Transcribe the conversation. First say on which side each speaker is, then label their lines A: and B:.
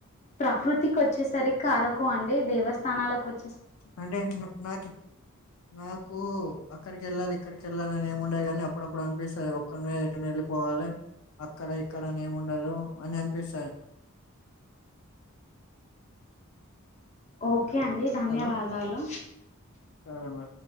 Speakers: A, on the left; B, on the left.
A: ప్రకృతికి వచ్చేసరికి అరకు అండి, దేవస్థానాలకు వచ్
B: అంటే నక్ నాకి నాకు అక్కడికి ఎళ్ళాలి. ఎక్కడికెళ్ళాలని ఏమి ఉండది గనీ అప్పుడప్పుడు అనిపిస్తది ఒక్కనీవే ను ఎటన్న ఎళ్ళిపోవాలె. అక్కడ ఇక్కడ అని ఏం ఉండదు అని అనిపిస్తది.
A: ఓకే అండి ధన్యవాదాలు.
B: హలో సరే మేడం